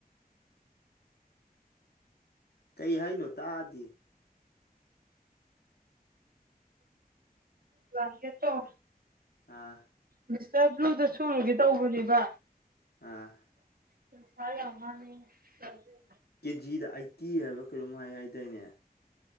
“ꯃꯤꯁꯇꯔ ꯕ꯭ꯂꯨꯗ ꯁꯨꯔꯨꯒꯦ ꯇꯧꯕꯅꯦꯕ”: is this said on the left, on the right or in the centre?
Right